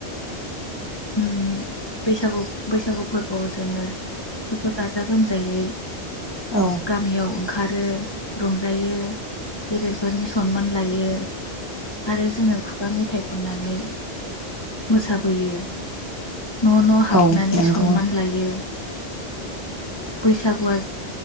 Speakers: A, on the left; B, on the right.
A: ओम बैसागु बैसागु फोरबोवाव जोङो सबबो गाजा गोमजायै
B: औ
A: गामियाव ओंखारो रंजायो गेदेरफोरनि सनमान लायो आरो जोङो खुगा मेथाइ खननानै मोसाबोयो न' न' हाबनानै
B: औ नंगौ
A: सनमान लायो बैसागुवा